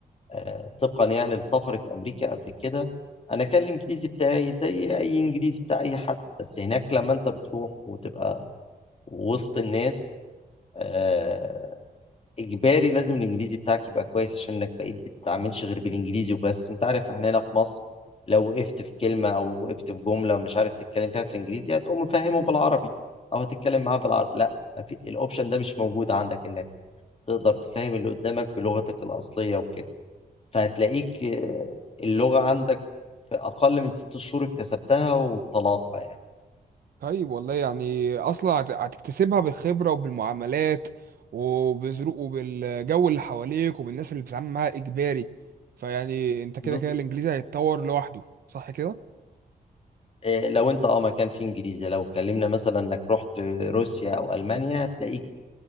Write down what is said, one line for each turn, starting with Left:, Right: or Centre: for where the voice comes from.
Left: آه، طبقا يعني لسفري في امريكا قبل كده انا كان الانجليزي بتاعي زي اي انجليزي بتاع اي حد بس هناك لما انت بتروح وتبقى وسط الناس آه، اجباري لازم الانجليزي بتاعك يبقى كويس عشان انك بقيت بتتعاملش غير بالانجليزي وبس انت عارف احنا هنا في مصر لو وقفت في كلمة او وقفت في جملة مش عارف تتكلم فيها في الانجليزي هتقوم مفهمه بالعربي او هتتكلم معاه بالعربي لا ما في الاوبشن ده مش موجود عندك انك تقدر تفهم اللي قدامك بلغتك الاصلية وكده فهتلاقيك آه، اللغة عندك في أقل من ست شهور اكتسبتها وبطلاقة يعني
Right: طيب والله يعني اصلا هت- هتكتسبها بالخبره وبالمعاملات وبظروق وبالجو اللي حواليك وبالناس اللي بتتعامل معاها اجباري فيعني انت كده
Left: بالظبط.
Right: كده الانجليزي هيتطور لوحده صح كده
Left: آه، لو أنت أه مكان فيه إنجليزي لو اتكلمنا مثلا إنك رحت روسيا أو ألمانيا هتلاقيك